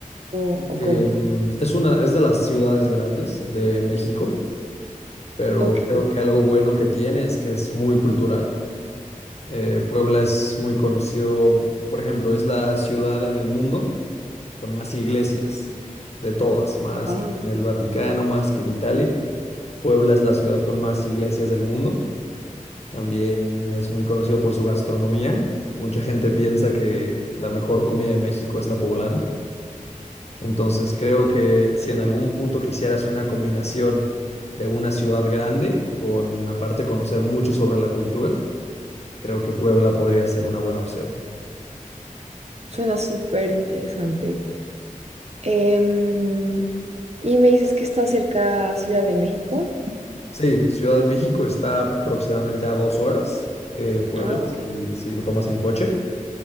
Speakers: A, on the right (about 50°); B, on the left (about 50°).
A: o, o
B: em,
A: cómo?
B: es una, es de las ciudades grandes de México, pero
A: Ok.
B: creo que algo bueno que tiene es que es muy cultural. Eh, Puebla es muy conocido, por ejemplo, es la ciudad en el mundo con más iglesias de todas, más
A: Wow.
B: que en el Vaticano, más que en Italia. Puebla es la ciudad con más iglesias del mundo. También es muy conocido por su gastronomía. Mucha gente piensa que la mejor comida de México es la poblana. Entonces creo que si en algún punto quisieras una combinación de una ciudad grande con aparte conocer mucho sobre la cultura, creo que Puebla podría ser una buena opción.
A: Suena súper interesante. Em, y me dices que está cerca a Ciudad de México.
B: Sí, Ciudad de México está aproximadamente a dos horas de Puebla,
A: Ah, ok.
B: si, si lo tomas en coche.